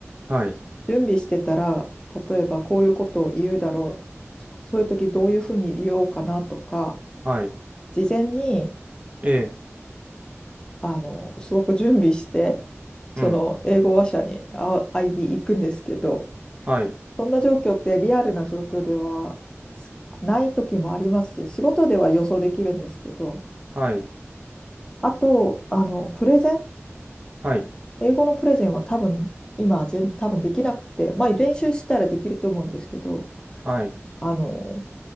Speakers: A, on the right (about 30°); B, on the left (about 20°).
A: はい、
B: 準備してたら、例えばこういうことを言うだろう、そういう時どういうふうに言おうかなとか、
A: はい、
B: 事前に、
A: ええ、
B: あの、すごく準備して、その英語話者にあ会いに行くんですけど、
A: うん、はい、
B: そんな状況ってリアルな状況ではすない時もありますし、仕事では予想できるんですけど、
A: はい、
B: あと、あの、プレゼン、
A: はい、
B: 英語のプレゼンは多分、今、全多分できなくて、まあ、練習したらできると思うんですけど、
A: はい、
B: あの、